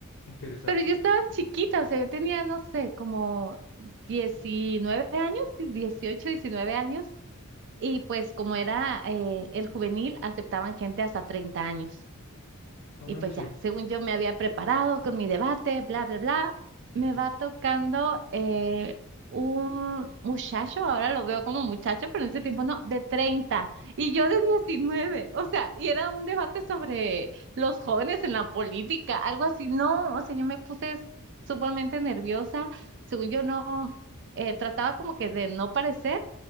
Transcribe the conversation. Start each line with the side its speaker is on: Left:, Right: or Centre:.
Left: interesante.
Right: Pero yo estaba chiquita, o sea, yo tenía, no sé, como 19 años, sí, 18 19 años. Y pues como era eh, el juvenil, aceptaban gente hasta 30 años.
Left: No
Right: Y
Left: manches.
Right: pues ya, según yo me había preparado con mi debate, bla, bla, bla, me
Left: Ujú,
Right: va tocando eh, un muchacho, ahora lo veo como muchacho, pero en ese tiempo no, de 30 y yo de 19. O sea, y era un debate sobre los jóvenes en la política, algo así. No, o sea, yo me puse sumamente nerviosa. Según yo no, eh, trataba como que de no parecer.